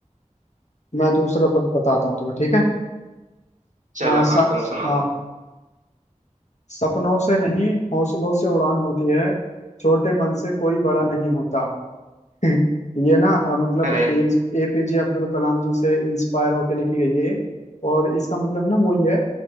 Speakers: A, on the left; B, on the right.
A: मैं दूसरा ब- बताता हूँ तुम्हें ठीक है
B: चलो
A: आ, स,
B: हाँ तुम सुना
A: हाँ
B: दो
A: सपनों से नहीं हौसलों से उड़ान होती है छोटे मन से कोई बड़ा नहीं होता हम्म। ये ना अ, मतलब
B: अरे
A: एज एपीजे अब्दुल कलाम जी से इंस्पायर होकर लिखी गई है ये। और इसका मतलब ना वही है